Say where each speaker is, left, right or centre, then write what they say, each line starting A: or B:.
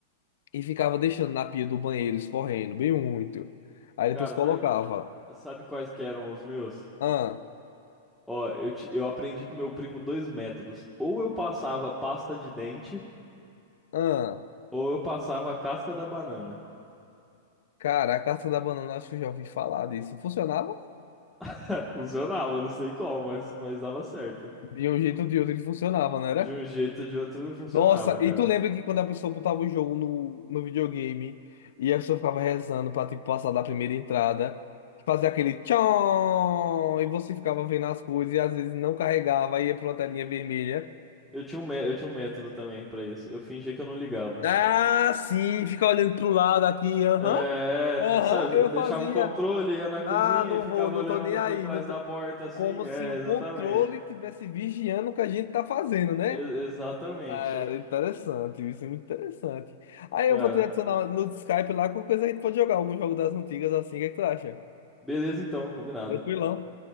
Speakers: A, on the left; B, in the centre.
A: e ficava deixando na pia do banheiro escorrendo, bem muito. Aí depois
B: Cara,
A: colocava,
B: sabe, sabe quais que eram os meus?
A: ah,
B: Ó, eu, ti- eu aprendi com meu primo dois métodos. Ou eu passava pasta de dente,
A: ah,
B: ou eu passava a casca da banana.
A: cara, a casca da banana, acho que eu já ouvi falar disso. Funcionava?
B: <laughs> Funcionava, não sei como, mas, mas dava certo.
A: De um jeito ou de outro ele funcionava, né?
B: De um jeito ou de outro funcionava,
A: Nossa,
B: cara.
A: e tu lembra que quando a pessoa botava o jogo no, no videogame e a pessoa ficava rezando pra tipo, passar da primeira entrada, fazia aquele tchon, e você ficava vendo as coisas e às vezes não carregava, aí ia pra uma telinha vermelha.
B: Eu tinha um, mé- eu tinha um método também pra isso. Eu fingia que eu não ligava.
A: Ah, sim, fica olhando pro lado aqui, aham,
B: É,
A: aham,
B: sabe,
A: eu
B: eu deixava
A: fazia.
B: o controle, ia na cozinha
A: Ah, não
B: e ficava
A: vou, não
B: olhando
A: tô nem aí.
B: por trás
A: Não tô...
B: da porta assim.
A: Como
B: É,
A: se o
B: exatamente.
A: controle tivesse vigiando o que a gente tá fazendo, né?
B: E- exatamente,
A: Ah, Era interessante, isso é muito interessante. Aí
B: cara.
A: eu vou te adicionar no Skype lá, qualquer coisa a gente pode jogar algum jogo das antigas assim, o que é que tu acha?
B: Beleza então, combinado.
A: Tranquilão.